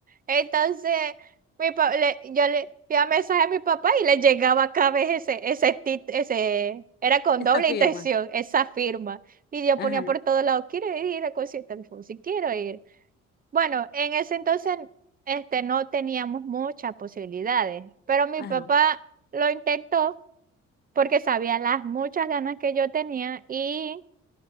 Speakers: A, on the right; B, on the left.
A: Entonces, mi pa- le- yo le enviaba mensaje a mi papá y le llegaba cada vez ese, ese, tit- ese, era con
B: esa
A: doble
B: firma.
A: intención, esa firma. Y yo
B: Ajá,
A: ponía por todos lados, quiero ir a concierto de Fonsi, quiero ir. Bueno, en ese entonces este, no teníamos muchas posibilidades, pero mi
B: ajá.
A: papá lo intentó porque sabía las muchas ganas que yo tenía y